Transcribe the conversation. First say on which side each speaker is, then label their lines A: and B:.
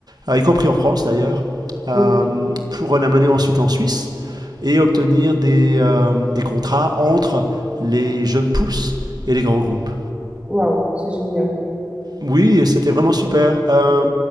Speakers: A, on the right; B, on the right.
A: euh, y compris en France d'ailleurs, euh,
B: Ok,
A: pour l'amener ensuite en Suisse et obtenir des, euh, des contrats entre les jeunes pousses et les grands groupes.
B: waouh, c'est génial.
A: Oui, c'était vraiment super. Euh,